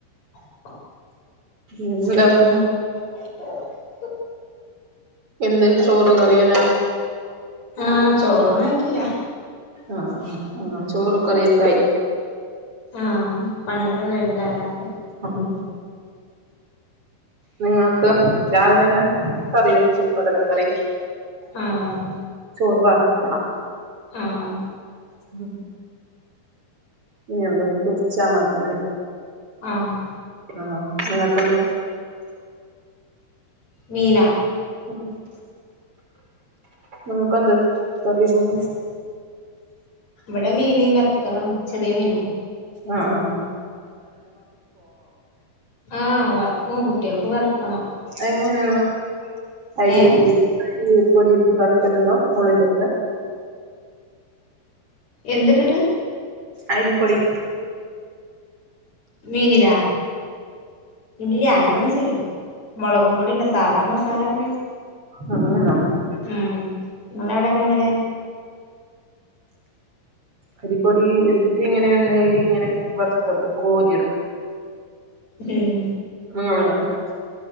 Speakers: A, on the left; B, on the right.
A: <unintelligible>
B: എന്താ
A: പിന്നെ <unintelligible>
B: എന്ത് ചോറ് കറീയല്ലേ
A: ആഹ് ചോറൊന്നും ആയിട്ടില്ല
B: ആഹ് ആഹ് എന്നാ ചോറ് കറിയൊക്കായി
A: ആഹ് പണികളൊക്കെ കഴിഞ്ഞല്ലേ നേരത്തെ
B: അഹ് നിങ്ങക്ക് രാവിലന്നെ കറി വെച്ചു കടലക്കറി
A: ആഹ്
B: ചോറ് വറട്ടാം
A: ആഹ്
B: ഉം ഇനി എന്തോന്ന്‌ പൊരിച്ചാ മാത്രം മതി
A: ആഹ്
B: ആഹ് അഹ് കണ്ടു
A: മീനാ
B: ഉം ഇങ്ങക്കെന്ത്‌ കറിയാണിന്ന്‌
A: ഇവടെ മീന് ബെത്തലാണ് ചെറിയ മീനെ
B: ആഹ് ആഹ്
A: ആഹ് വർക്കും കുട്ട്യാൾക്ക് വർക്കണം.
B: എങ്ങനേണ് അരികൊത്തീട്ട്
A: ഏഹ്
B: അരി പൊടിട്ടിട്ട് വർക്കലുണ്ടോ മുള്ളൻചക്ക?
A: എന്ത്‌ട്ടിട്ട്?
B: അരിപ്പൊടി
A: മീനിലാ ഇല്ല്യാ അങ്ങനെ ഒന്നും ചെയ്യൂല മൊളകും പൊടീന്റെ സാധാ മസാല മിക്സ്
B: ആഹ് അതന്നെ
A: ആഹ് ഇങ്ങളവ്ടേക്കെ എങ്ങനെ?
B: അരിപ്പൊടി ഇട്ടിട്ട് ഇങ്ങനെ എണ്ണയില് ഇങ്ങനെ വറുത്തെടുക്കും കോരി എട്ക്കും.
A: ഉം
B: അത് <unintelligible>